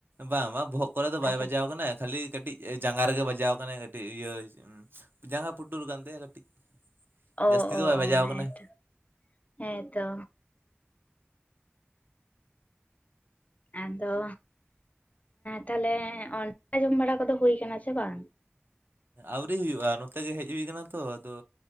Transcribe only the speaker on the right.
ᱵᱟᱝ ᱵᱟᱝ ᱵᱚᱦᱚᱜ ᱠᱚᱨᱮ ᱫᱚ
ᱵᱟᱭ ᱵᱟᱡᱟᱣ ᱠᱟᱱᱟᱭ ᱠᱷᱟᱞᱤ ᱠᱟᱹᱴᱤᱡ ᱡᱟᱸᱜᱟ ᱨᱮᱜᱮ ᱵᱟᱡᱟᱣ ᱠᱟᱱᱟᱭ ᱠᱟᱹᱴᱤᱡ ᱤᱭᱟᱹ ᱡᱟᱸᱜᱟ ᱯᱩᱴᱩᱨ ᱠᱟᱱ ᱛᱟᱭᱟ ᱠᱟᱹᱴᱤᱡ
ᱡᱟᱹᱥᱛᱤ
ᱫᱚ ᱵᱟᱭ ᱵᱟᱡᱟᱣ
ᱠᱟᱱᱟᱭ
ᱟᱹᱣᱨᱤ ᱦᱩᱭᱩᱜᱼᱟ ᱱᱚᱛᱮ ᱜᱮ ᱦᱮᱡ ᱦᱩᱭ ᱠᱟᱱᱟ ᱛᱚ ᱟᱫᱚ